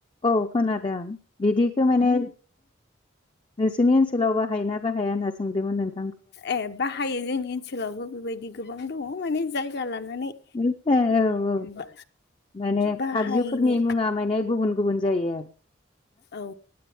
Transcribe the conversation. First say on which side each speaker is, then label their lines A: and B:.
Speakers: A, on the left; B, on the left.
A: औ खोनादों बिदिखौ माने नोंसोरनि ओनसोलाव बाहाय ना बाहाया होनना सोंदोंमोन नों
B: ए बाहायो जोंनि ओनसोलावबो बेबायदि गोबां दङ माने जायगा लानानै
A: उम औ औ
B: बा
A: माने
B: बाहायनो
A: आगजुफोरनि मुङा माने गुबुन गुबुन जायो आरो <inaudible>
B: औ